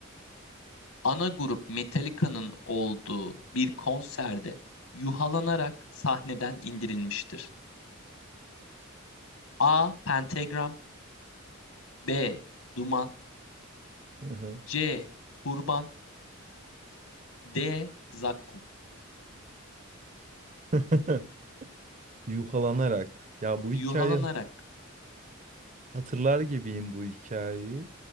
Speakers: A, on the left; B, on the right.
A: ana grup Metallica'nın olduğu bir konserde yuhalanarak sahneden indirilmiştir? A. Pentagram B. Duman
B: Hı hı.
A: C. Kurban D. Zakkum
B: <laughs> Yuhalanarak. Ya bu hikayeyi
A: Yuhalanarak.
B: hatırlar gibiyim bu hikayeyi.